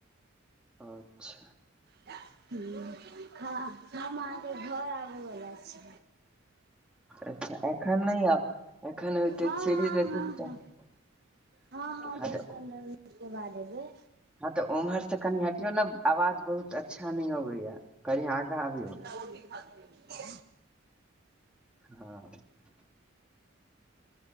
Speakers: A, in the centre; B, on the right.
A: अच्छा
B: हं ह हम अहाँके घर आबै वला छी
A: अच्छा एखन नहि आब एखन होते
B: हँ-हँ-हँ-हँ
A: सीढ़ी त
B: हँ-हँ
A: हँ
B: दस-पन्द्रह
A: तऽ
B: मिनट के बाद एबै
A: हँ तऽ ओम्हर से कनि हटियौ न आवाज बहुत अच्छा नै आबैया कनी आगा अबियौ
B: <unintelligible> अच्छा
A: हँ